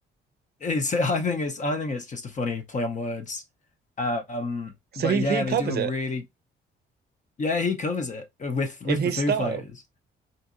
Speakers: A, on the left (about 40°); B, on the right (about 55°).
A: It's <laughs> I think it's I think it's just a funny play on words. Um
B: So
A: but
B: he
A: yeah,
B: he covers
A: they do a
B: it
A: really yeah, he covers it with
B: in
A: with
B: his
A: the Foo
B: style.
A: Fighters.